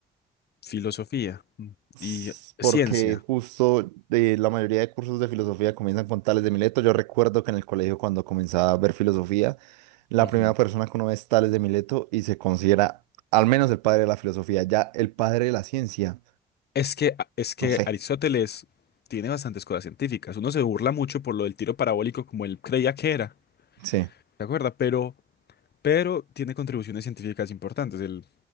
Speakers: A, on the left; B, on the right.
A: Filosofía mm,
B: s-
A: y
B: porque
A: ciencia.
B: justo de la mayoría de cursos de filosofía comienzan con Tales de Mileto. Yo recuerdo que en el colegio cuando comenzaba a ver filosofía, la
A: Ujú.
B: primera persona que uno ve es Tales de Mileto y se considera al menos el padre de la filosofía, ya el padre de la ciencia,
A: Es que, es que
B: no sé,
A: Aristóteles tiene bastantes cosas científicas. Uno se burla mucho por lo del tiro parabólico como él creía que era,
B: sí.
A: ¿te acuerdas? Pero, pero tiene contribuciones científicas importantes. Él,